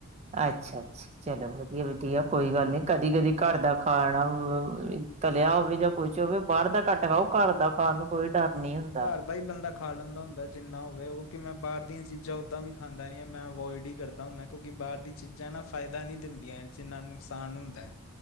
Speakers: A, on the right (about 30°); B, on the left (about 65°).
A: ਅੱਛਾ-ਅੱਛਾ, ਚਲੋ ਵਧੀਆ-ਵਧੀਆ ਕੋਈ ਗੱਲ ਨੀ, ਕਦੀ-ਕਦੀ ਘਰ ਦਾ ਖਾਣਾ ਵੀ ਈਂ ਤਲਿਆ ਹੋਵੇ, ਜਾਂ ਕੁਝ ਹੋਵੇ, ਬਾਹਰ ਦਾ ਘੱਟ ਖਾਓ, ਘਰ ਦਾ ਖਾਣ ਨੂੰ ਕੋਈ ਡਰ ਨਹੀਂ ਹੁੰ
B: ਘਰ ਦਾ ਹੀ ਬੰਦਾ ਖਾ ਲੈਂਦਾ ਹੁੰਦਾ ਜਿੰਨਾ ਹੋਵੇ, ਉਹ ਕਿ ਮੈਂ ਬਾਹਰ ਦੀਆਂ ਚੀਜ਼ਾਂ ਓਦਾਂ ਵੀ ਖਾਂਦਾ ਨਹੀਂ ਹੈ, ਮੈਂ ਅਵੋਇਡ ਹੀ ਕਰਦਾ ਹੁੰਨਾ, ਕਿਉਂਕਿ ਬਾਹਰ ਦੀ ਚੀਜ਼ਾਂ ਨਾ ਫਾਇਦਾ ਨਹੀਂ ਦਿੰਦੀਆਂ ਜਿੰਨਾ ਨੁਕਸਾਨ ਹੁੰਦੈ,